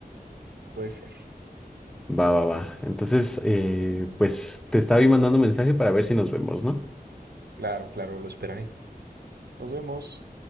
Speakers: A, on the right; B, in the centre.
A: Puede ser.
B: Va, va, va. Entonces, eh, pues te estaba ahí mandando mensaje para ver si nos vemos, ¿no?
A: Claro, claro, lo esperaré. Nos vemos.